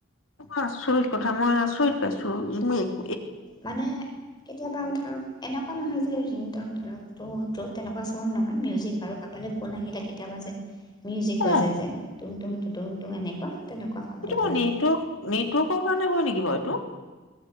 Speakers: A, on the left; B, on the left.
A: আচৰিত কথা মই আচৰিত পাইছো ইমিক
B: মানে কেতিয়াবা ধৰক এনেকুৱা নহয় যে ৰিং ধৰক ত ত তেনেকুৱা চামত নহয় মিউজিক আৰু কাৰাবলৈ ফোন আহিলে কেতিয়াবা যে মিউজিক বাজাই
A: অ',
B: যেয় তুমি তুমি এনেকুৱা তেনেকুৱা শব্দ
A: এইটো
B: হৈ
A: মই
B: আছে
A: নেটৱৰ্ক নেটৱৰ্কৰ কাৰণে হয় নেকি বাৰু এইটো